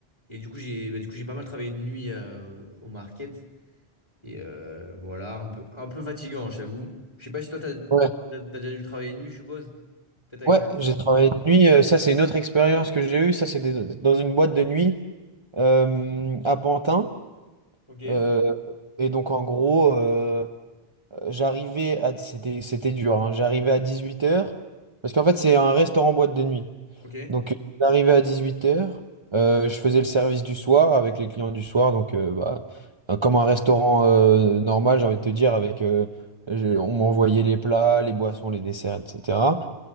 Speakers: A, on the left; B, on the right.
A: Et du coup, j'ai bah, du coup, j'ai pas mal travaillé de nuit euh, au Market. Et euh, voilà, un peu, un peu fatigant, j'avoue. Je sais pas si toi, t'as, t'as
B: Ouais.
A: t'as déjà dû travailler de nuit, je suppose. Peut-être avec
B: Ouais,
A: ton...
B: j'ai travaillé de nuit. euh, Ça, c'est une autre expérience que j'ai eue. Ça, c'est des- dans une boîte de nuit euh, à Pantin.
A: Ok,
B: Euh, et donc, en gros, euh, j'arrivais à... C'était, c'était dur, hein. J'arrivais à dix-huit heures Parce qu'en fait, c'est un restaurant boîte de nuit.
A: ok.
B: Donc, euh, j'arrivais à 18h. je faisais le service du soir avec les clients du soir. Donc, euh, bah, euh, comme un restaurant euh, normal, j'ai envie de te dire, avec... euh, je- on m'envoyait les plats, les boissons, les desserts, etc.